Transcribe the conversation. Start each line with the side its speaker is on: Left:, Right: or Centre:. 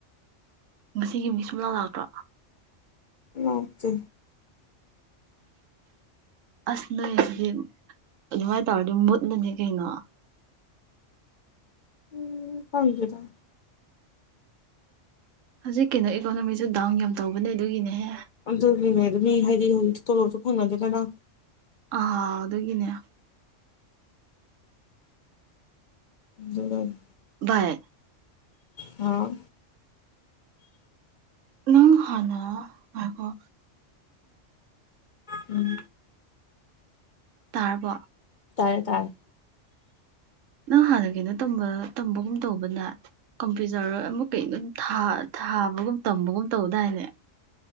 Right: ꯃꯁꯤꯒꯤ ꯃꯤꯁ ꯂ ꯂꯥꯛꯇ꯭ꯔ
Left: ꯑꯣꯆꯦ
Right: ꯑꯁ ꯅꯣꯏ ꯑꯗꯨꯗꯤ ꯑꯗꯨꯃꯥꯏꯅ ꯇꯧꯔꯗꯤ ꯃꯨꯠꯂꯅꯤ ꯀꯩꯅꯣ
Left: ꯎꯝ ꯊꯖꯗ
Right: ꯍꯧꯖꯤꯛ ꯀꯩꯅꯣ ꯏꯀꯣꯅꯣꯃꯤꯁꯦ ꯗꯥꯎꯟ ꯌꯥꯝ ꯇꯧꯕꯅꯦ ꯑꯗꯨꯒꯤꯅꯦꯍꯦ
Left: ꯑꯗꯨꯒꯤꯅꯦꯃꯤ <unintelligible> ꯍꯥꯏꯗꯤ ꯍꯧꯖꯤꯛ ꯇꯣꯂꯣꯞꯁꯨ ꯐꯪꯅꯗꯦꯗꯅ
Right: ꯑ ꯑꯗꯨꯒꯤꯅꯦ
Left: ꯔꯔ <unintelligible>
Right: ꯕꯥꯏ
Left: ꯍꯥꯎ
Right: ꯅꯪ ꯍꯂ ꯍꯥꯏ <unintelligible> ꯎ
Left: ꯎꯝ
Right: ꯇꯥꯔꯕꯣ
Left: ꯇꯥꯔꯦ ꯇꯥꯔꯦ
Right: ꯅꯪ ꯍꯥꯟꯅ ꯀꯩꯅꯣ ꯇ ꯇꯝꯕꯒꯨꯝ ꯇꯧꯕꯅꯦ ꯀꯝꯄ꯭ꯌꯨꯇꯔ ꯑꯃꯨꯛ ꯀꯩꯅ ꯑꯗꯨꯝ ꯊꯥꯕꯒꯨꯝ ꯇꯝꯕꯒꯨꯝ ꯇꯧꯗꯥꯏꯅꯦ